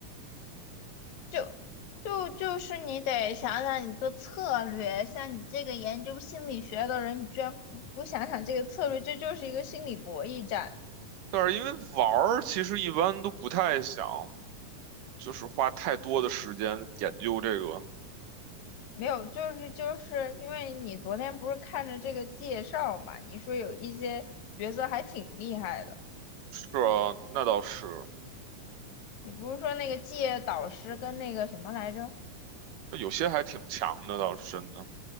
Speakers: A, on the left; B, on the right.
A: 就就就是你得想想你的策略，像你这个研究心理学的人，你居然不不想想这个策略，这就是一个心理博弈战。
B: 但是因为玩儿，其实一般都不太想，就是花太多的时间研究这个。
A: 没有，就是就是因为你昨天不是看着这个介绍嘛，你说有一些角色还挺厉害的，
B: 是啊，那倒是，
A: 你不是说那个界导师跟那个什么来着？
B: 那有些还挺强的，倒是真的。